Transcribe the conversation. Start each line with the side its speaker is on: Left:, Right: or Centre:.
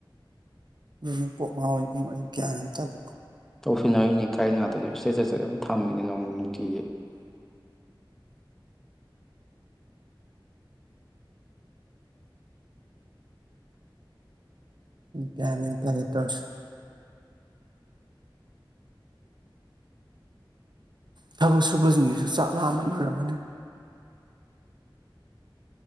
Right: ꯑꯗꯨ ꯀꯣꯛ ꯃꯍꯥꯎꯣꯏꯒꯨꯝ ꯑꯩ ꯒ꯭ꯌꯥꯟ ꯑꯝ ꯇꯗꯔ꯭ꯦ
Centre: ꯇꯧꯁꯤꯟꯅꯔꯤꯅꯤ ꯀꯥꯏꯅ ꯑꯗꯨꯅ ꯏꯁꯇꯦꯆꯠꯆꯗ ꯑꯗꯨꯝ ꯊꯝꯃꯤꯅꯦ ꯅꯣꯡ ꯅꯨꯡꯇꯤꯒꯤ
Right: ꯒꯌ꯭ꯥꯟ ꯃꯦꯟ ꯇꯥꯗꯔꯦ ꯇꯧꯔꯤꯁꯤ ꯊꯕꯛ ꯁꯨꯕꯁꯤꯡꯁꯤꯁꯨ ꯆꯥꯛ ꯂꯥꯛꯑꯃꯟ ꯂꯣꯏꯔꯝꯃꯅꯤ